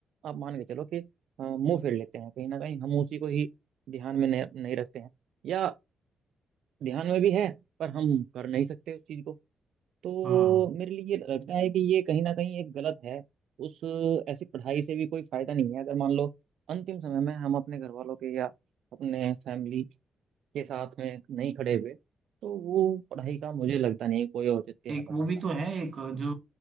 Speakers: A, on the right (about 75°); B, on the right (about 55°).
A: आप मान के चलो कि अ, मुंह फेर लेते हैं कहीं ना कहीं हम उसी को ही ध्यान में नहीं, नहीं रखते हैं या ध्यान में भी है पर हम कर नहीं सकते उस चीज को तो
B: हाँ
A: मेरे लिए ये लगता है कि ये कहीं ना कहीं एक गलत है उस ऐसी पढ़ाई से भी कोई फायदा नहीं है अगर मान लो अंतिम समय में हम अपने घर वालों के या अपने फैमिली के साथ में नहीं खड़े हुए तो वो पढ़ाई का मुझे लगता नहीं कोई औचित्य
B: एक
A: है पढ़ने
B: वो भी
A: का
B: तो है एक जो